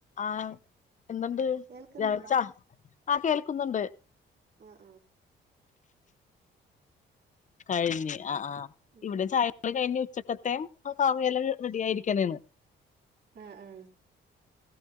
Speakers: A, on the left (about 40°); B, on the right (about 55°).
A: ആ എന്തുണ്ട്
B: കേൾക്കുന്നുണ്ടാ
A: ചായ കുടിച്ചോ ആ കേൾക്കുന്നുണ്ട്
B: ആ
A: കഴിഞ്ഞ് ആ ആ
B: ഉം
A: ഇവിടെ ചായകുടി കഴിഞ്ഞ് ഉച്ചക്കത്തെ കറിയെല്ലാം റെഡി ആയിരി ക്കെണേന്ന്
B: ആ ആ